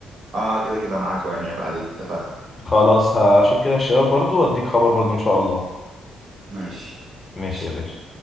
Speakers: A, on the right (about 50°); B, on the left (about 30°).
A: آه كده كده معاك يعني عيب عليك اتفقنا
B: خلاص هشوف كده الشباب برضو واديك خبر برضو ان شاء الله
A: ماشي
B: ماشي
A: قشطة.
B: يا باشا